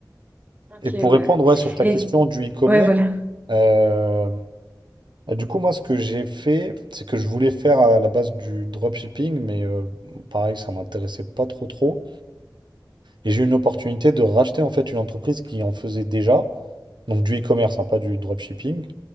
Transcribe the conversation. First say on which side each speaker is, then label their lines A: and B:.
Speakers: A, on the right; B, on the right.
A: Ok,
B: Et pour
A: ouais.
B: répondre, ouais, sur ta
A: Et
B: question du e-commerce,
A: ouais, voilà.
B: euh, bah, du coup, moi, ce que j'ai fait, c'est que je voulais faire à la base du dropshipping, mais euh, pareil, ça m'intéressait pas trop trop. Et j'ai eu une opportunité de racheter, en fait, une entreprise qui en faisait déjà. donc du e-commerce, hein, pas du dropshipping.